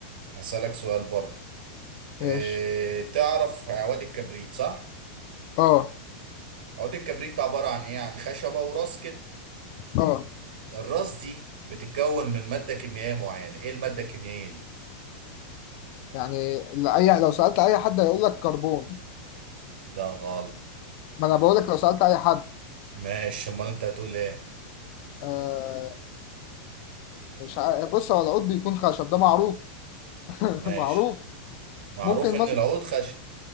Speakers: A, on the right; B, on the left.
A: هسألك سؤال برضو إيه
B: ماشي
A: تعرف عواد الكبريت صح؟
B: اه
A: عواد الكبريت ده عبارة عن ايه؟ عن خشبة وراس كده
B: اه
A: الراس دي بتتكون من مادة كيميائية معينة ايه المادة الكيميائية دي؟
B: يعني ال- اي لو سألت اي حد هيقول لك كربون
A: ده غلط
B: ما انا بقول لك لو سألت اي حد
A: ماشي امال انت هتقول ايه
B: آه، مش ع... بص هو العود بيكون خشب ده معروف <laughs>
A: ماشي
B: معروف
A: معروف
B: ممكن
A: ان
B: مثلا
A: العود خشن